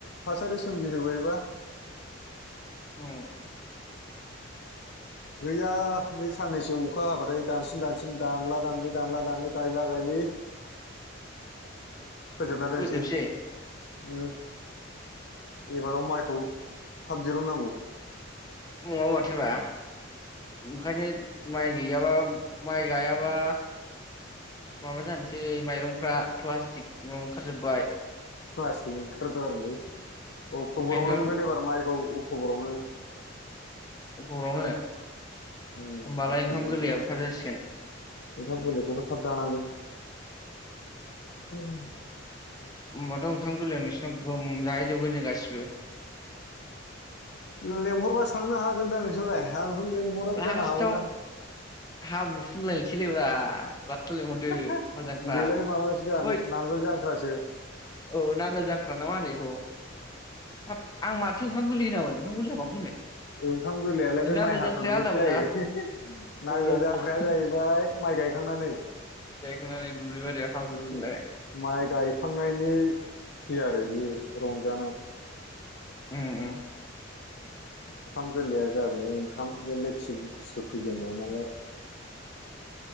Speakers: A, on the left; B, on the left.
A: थासारि सोमजिहोबाय
B: औ
A: गैया बे साननैसो अखा हाबाथाय दानसिन दानसिन दानला दानलि दानला दान गायला गायलि फोजोबना दोननोसै
B: फोजोबसै
A: उम एबाराव माइ खौ थाब दिरुन नांगौ
B: नङा माथोब्रा ओंखायनो माइ गैयाबा माइ गायाबा माबा जानसै माइरंफ्रा प्लास थिग माबा ओंखारजोबबाय
A: प्लासटिक नि ओंखारोथ' आरोलै अक्ट'बरावनो
B: ओंखायनोथ'
A: मोनगोन एबार माइखौ अक थबरावनो
B: अक्टबर आवनो
A: उम
B: होमबालाय
A: अक्ट'बरावनो
B: ओंखाम गोरलैयाबो थाब जासिगोन
A: ओंखाम गोरलैखौबो थाब जानांगोन <inaudible>
B: होमबाथ' ओंखाम गोरलैयाव नोंसिनाव गोगोम जाहै जोबगोन जों गासिब बो
A: उम लेंहरबासो थांनो हाग गोन दा नो सोरलाय आंथ' लिंहराबो
B: लास्टाव
A: जानो हागौना
B: हाब्रु <unintelligible>
A: हा हा
B: हाल जांख्रा
A: बिलाय माबासो दा
B: हैद
A: नांगोल जां ख्रासो
B: औ नांगोल जांख्रा नामा होनो एखौ हाब आं माथो ओंखाम गोरलै होनामोन ओंखाम गोरलैया माखौ होनो
A: ओंखाम गोरलै आलाय बे
B: नांगोल
A: माइ हाखांनानैसो
B: जांख्राया आलदामोन
A: जायो
B: ना
A: <unintelligible>
B: अ
A: नांगोल जांख्राया जाहैबाय माइ गायखांनानै
B: गायखांनानै दुब्लि बारियाव हाब्रु
A: उम
B: फुनलायनाय
A: माइ गायखांनायनि ओइ फुथि आरो बेयो रंजानाय
B: उम उम
A: ओंखाम गोरलैया जाबाय ओंखाम बे लेथि बुस्थु फैजेननाय नालाय